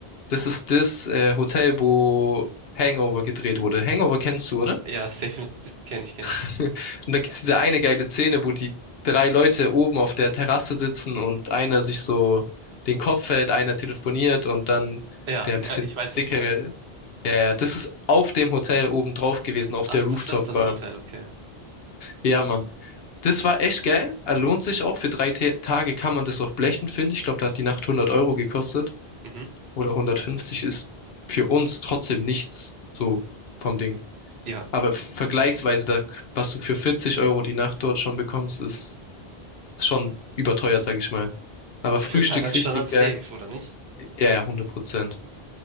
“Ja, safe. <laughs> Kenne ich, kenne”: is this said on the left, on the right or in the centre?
Right